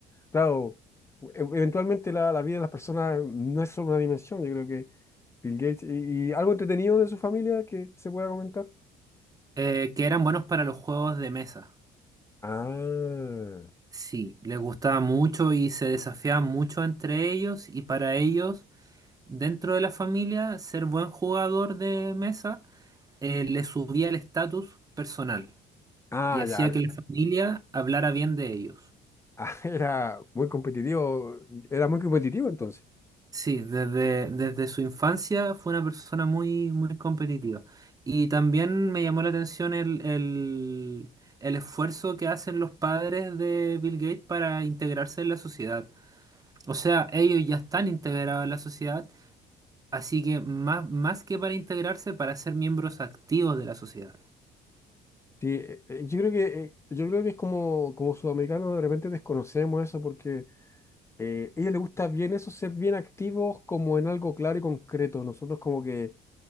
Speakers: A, on the left; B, on the right.
A: claro, e- eventualmente la, la vida de las personas no es solo una dimensión, yo creo que Bill Gates y, y algo entretenido de su familia que se pueda comentar.
B: eh, que eran buenos para los juegos de mesa.
A: Ah,
B: Sí, les gustaba mucho y se desafiaban mucho entre ellos y para ellos, dentro de la familia, ser buen jugador de mesa eh, les subía el estatus personal
A: ah,
B: y hacía
A: ya,
B: que la familia hablara bien de ellos.
A: Ah, <laughs> Era muy competitivo, era muy competitivo entonces.
B: Sí, desde, desde su infancia fue una persona muy, muy competitiva. Y también me llamó la atención el, el, el esfuerzo que hacen los padres de Bill Gates para integrarse en la sociedad. O sea, ellos ya están integrados en la sociedad Así que más, más que para integrarse, para ser miembros activos de la sociedad.
A: Sí, eh, eh, yo creo que eh, yo creo que es como, como sudamericanos de repente desconocemos eso porque eh, a ella le gusta bien eso, ser bien activos como en algo claro y concreto. Nosotros como que